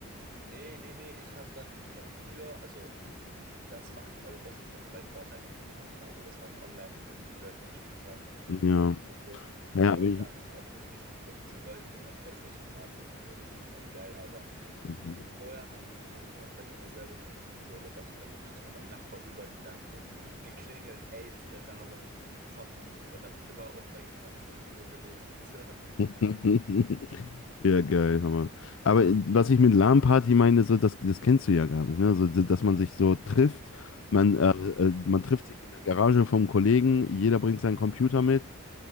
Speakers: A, on the right; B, on the left.
A: Nee, nee, nee, ich habe dann, ich habe früher, also das mache ich, also das habe ich dann bei Fortnite immer gemacht, ne? Also dass man online mit irgendwelchen Leuten gespielt hat,
B: Ja.
A: mit Freunden und so.
B: Ja,
A: Und
B: aber ich.
A: dann auch wirklich 15 Leute in der PlayStation Party und so, das war schon echt geil, aber
B: Mhm.
A: vorher habe ich das immer so gemacht, weil ich hatte selber keine Konsole, dass ich dann wirklich zu meinem Nachbar rübergegangen bin, geklingelt, ey, ist der da, wollen wir ein bisschen zocken und dann immer auch bei ihm am Zocken nur gewesen und so.
B: <laughs> Ja, geil, Hammer. Aber was ich mit LAN-Party meine, so, das, das kennst du ja gar nicht, ne? So, dass man sich so trifft,
A: Nee,
B: man, äh, äh, man trifft sich in der Garage vom Kollegen, jeder bringt seinen Computer mit.